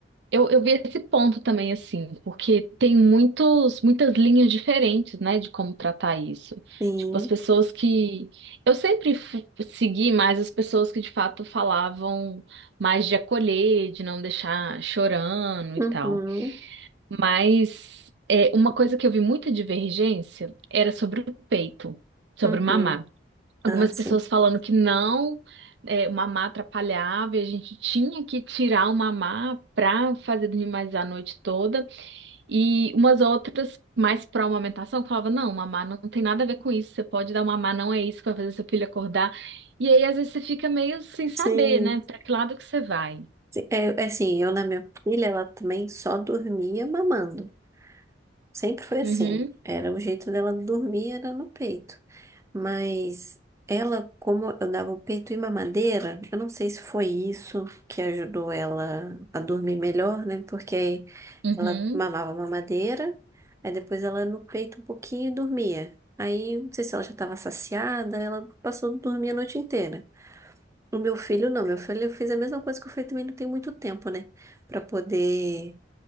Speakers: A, on the right; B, on the right.
A: eu, eu vi esse ponto também, assim, porque tem muitos, muitas linhas diferentes, né, de como tratar isso.
B: Sim.
A: Tipo, as pessoas que. Eu sempre fu- segui mais as pessoas que de fato falavam mais de acolher, de não deixar chorando
B: Uhum.
A: e tal. Mas é, uma coisa que eu vi muita divergência era sobre o peito, sobre
B: Uhum.
A: o mamar algumas
B: Ah, sim.
A: pessoas falando que não, é, o mamar atrapalhava e a gente tinha que tirar o mamar para fazer dormir mais a noite toda. E umas outras, mais pró amamentação, falavam: não, mamar não tem nada a ver com isso, você pode dar o mamar, não é isso que vai fazer seu filho acordar. E aí, às vezes, você fica meio sem saber,
B: Sim.
A: né, para que lado que você vai.
B: Sim. É, é assim, eu na minha filha, ela também só dormia mamando. Sempre foi assim.
A: Uhum,
B: Era o jeito dela dormir, era no peito. Mas ela, como eu dava o peito e mamadeira, eu não sei se foi isso que ajudou ela a dormir melhor, né? Porque aí
A: uhum,
B: ela mamava mamadeira, aí depois ela no peito um pouquinho e dormia. Aí, não sei se ela já estava saciada, ela passou a dormir a noite inteira. O meu filho, não, meu filho, eu fiz a mesma coisa que eu fiz também, não tem muito tempo, né? Pra poder